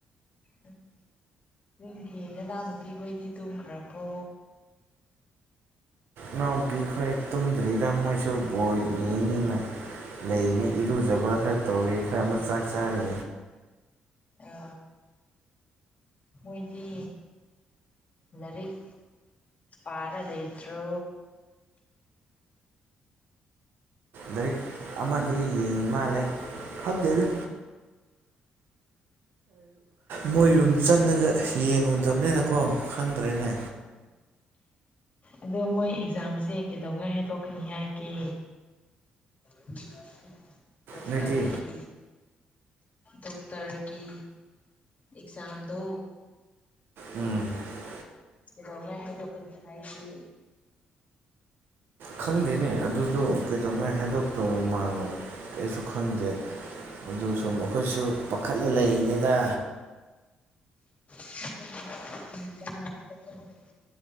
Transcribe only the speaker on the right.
ꯏꯅꯥꯎꯄꯤꯈ꯭ꯔ ꯇꯨꯝꯗ꯭ꯔꯤꯗ ꯃꯣꯏꯁꯨ ꯕꯣꯏ ꯌꯦꯡꯅꯤꯅ ꯂꯩꯅꯤ ꯏꯔꯨꯖꯕ ꯈꯔ ꯇꯧꯔꯦ ꯈꯔ ꯑꯃ ꯆꯥꯛ ꯆꯥꯔꯤ
ꯂꯥꯏꯔꯤꯛ ꯑꯃꯗꯤ ꯌꯦꯡꯉꯤ ꯃꯥꯜꯂꯦ ꯈꯩꯗꯦꯅꯦ ꯃꯣꯏꯔꯨꯝ ꯆꯪꯉꯒ ꯌꯦꯡꯉꯨꯗꯕꯅꯤꯅꯀꯣ ꯈꯪꯗ꯭ꯔꯦꯅꯦ
ꯅꯣꯏꯗꯤ
ꯎꯝ <unintelligible> <inaudible>
ꯈꯪꯗꯦꯅꯦ ꯑꯗꯨꯗꯣ ꯀꯩꯗꯧꯉꯩ ꯍꯩꯗꯣꯛꯇꯧ ꯃꯥꯜ ꯑꯩꯁꯨ ꯈꯪꯗꯦ ꯑꯗꯨ ꯁꯨꯝ ꯑꯩꯈꯣꯏꯁꯨ ꯄꯥꯈꯠꯂ ꯂꯩꯔꯤꯅꯤꯗ